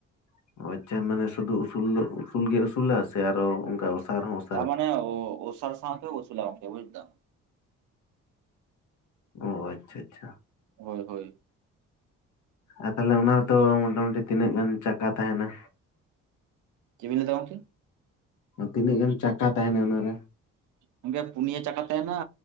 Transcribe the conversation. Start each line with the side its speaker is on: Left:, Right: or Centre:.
Left: <unintelligible> ᱢᱟᱱᱮ ᱥᱩᱫᱩ ᱩᱥᱩᱞ <unintelligible> ᱩᱥᱩᱞ ᱜᱮ ᱩᱥᱩᱞᱟ ᱥᱮ ᱟᱨᱚ ᱚᱱᱠᱟ ᱚᱥᱟᱨ ᱦᱚᱸ ᱚᱥᱟᱨᱟ?
Right: ᱛᱟᱨ ᱢᱟᱱᱮ ᱚᱻᱚᱥᱟᱨ ᱥᱟᱶᱛᱮ ᱩᱥᱩᱞᱟ ᱜᱚᱝᱠᱮ ᱵᱩᱡᱽᱫᱟᱢ᱾
Left: ᱚ ᱟᱪᱪᱷᱟ ᱟᱪᱪᱷᱟ
Right: ᱦᱳᱭ ᱦᱳᱭ
Left: ᱟᱨ ᱛᱟᱦᱚᱞᱮ ᱚᱱᱟ ᱫᱚ ᱢᱚᱴᱟᱢᱚᱴᱤ ᱛᱤᱱᱟᱹᱜ ᱜᱟᱱ ᱪᱟᱠᱟ ᱛᱟᱦᱮᱱᱟ?
Right: ᱪᱮᱵᱤᱱ ᱞᱟᱹᱭ ᱫᱚ ᱜᱚᱝᱠᱮ?
Left: <unintelligible> ᱛᱤᱱᱟᱹᱜ <unintelligible> ᱪᱟᱠᱟ ᱛᱟᱦᱮᱱᱟ ᱚᱱᱟᱨᱮ?
Right: ᱜᱚᱝᱠᱮ ᱯᱩᱱᱭᱟᱹ ᱪᱟᱠᱟ ᱛᱟᱦᱮᱱᱟ